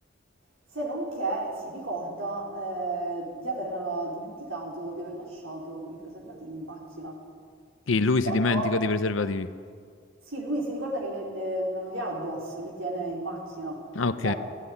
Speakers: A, on the right (about 80°); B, on the left (about 65°).
A: se non che si ricorda eh, di aver dimenticato di aver lasciato i preservativi in macchina.
B: Chi? Lui si
A: E allora...
B: dimentica dei preservativi.
A: Sì, lui si ricorda che le- le- non li ha addosso, li tiene in macchina,
B: Ah,
A: ok?
B: Ok,